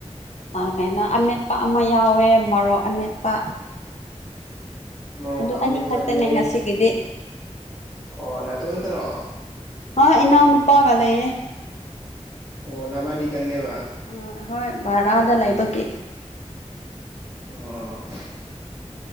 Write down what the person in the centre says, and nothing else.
ꯃꯣꯔꯣꯛ
ꯑꯃꯦꯠꯄꯅꯦ
ꯑꯣ ꯅꯅꯥ ꯊꯣ ꯇꯔꯣ
ꯑꯣ ꯅꯕꯥꯅꯤꯇꯪꯅꯦꯕ
ꯑꯣ